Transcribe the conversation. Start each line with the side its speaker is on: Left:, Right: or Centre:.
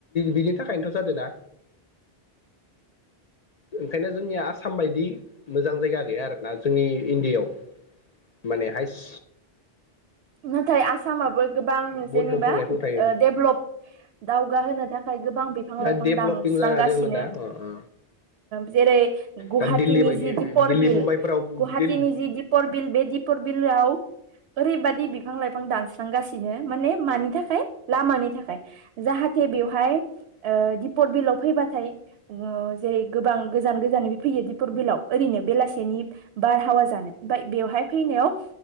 Left: बिनि थाखायनोथ' जादों ना। ओंखायनो जोंनिया आसाम बायदि मोजां जायगा गैया आरोना जोंनि इण्डियाायाव माने हाइस्
Right: नाथाय आसामाबो गोबां
Left: बहुद
Right: जेनेबा
Left: दंफां लाइफां थायो
Right: डेभ्लप दावगाहोनो थाखाय गोबां बिफां
Left: दा
Right: लाइफां
Left: डेभलपिं
Right: दानस्रांगासिनो।
Left: जाना जोङो दा अ अ
Right: जेरै गुवाहाटिनि
Left: दा दिल्ली बायदि
Right: जि दिपर
Left: दिल्ली
Right: बिल
Left: मुम्बाइफोराव
Right: गुवाहाटिीनि जि दिपर बिल बे दिपर बिलआव अरै बदि दि बिफां लाइफां दानस्रांगासिनो माने मानि थाखाय लामानि थाखाय जाहाथे बेवहाय ओ दिपर बिलाव फैबाथाय ओ जेरै गोबां गोजान गोजानबो फैयो दिपर बिलाव ओरैनो बेलासेनि बारहावा जानो फ्राय बेवहाय फैनायाव